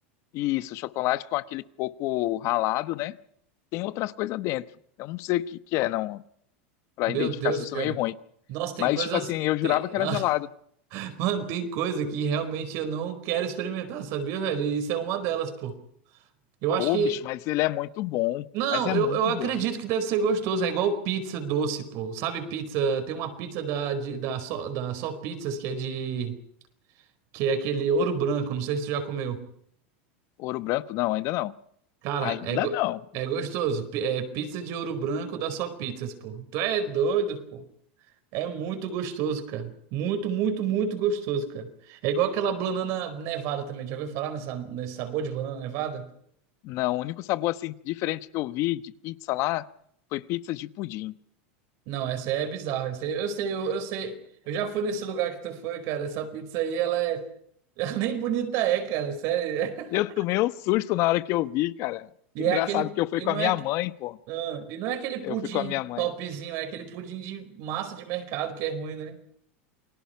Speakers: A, on the left (about 50°); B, on the right (about 55°).
A: e Isso, chocolate com aquele coco ralado, né? Tem outras coisas dentro. Eu não sei o que que é, não. Pra
B: Meu
A: identificar
B: Deus,
A: se eu
B: cara.
A: sou meio ruim.
B: Nossa, tem
A: Mas,
B: coisas
A: tipo assim, eu
B: tem...
A: jurava que era gelado.
B: <laughs> Mano, tem coisa que realmente eu não quero experimentar, sabia, velho? E Isso é uma delas, pô. Eu acho
A: Pô,
B: que
A: bicho, mas ele é muito bom.
B: Não,
A: Mas é
B: eu,
A: muito
B: eu acredito
A: bom.
B: que deve ser gostoso. É igual pizza doce, pô. Sabe pizza? Tem uma pizza da, de- da, só, da Só Pizzas que é de. Que é aquele ouro branco. Não sei se tu já comeu.
A: Ouro branco, não, ainda não.
B: Cara,
A: Ainda
B: é, go-
A: não.
B: é gostoso. Pi- É pizza de ouro branco da Só Pizzas, pô. Tu é doido, pô. É muito gostoso, cara. Muito, muito, muito gostoso, cara. É igual aquela banana nevada também. Já ouviu falar nessa, nesse sabor de banana nevada?
A: Não, o único sabor assim diferente que eu vi de pizza lá foi pizza de pudim.
B: Não, essa aí é bizarra. Essa aí, eu sei, eu, eu sei. Eu já fui nesse lugar que tu foi, cara. Essa pizza aí, ela é. <laughs> Ela nem bonita é, cara. Sério.
A: Eu
B: <laughs>
A: tomei um susto na hora que eu vi, cara.
B: E
A: Engraçado
B: é aquele.
A: que eu fui
B: E
A: com
B: não
A: a minha
B: é.
A: mãe, pô.
B: ah, e não é aquele pudim
A: Eu fui com a minha mãe.
B: topzinho, é aquele pudim de massa de mercado que é ruim, né?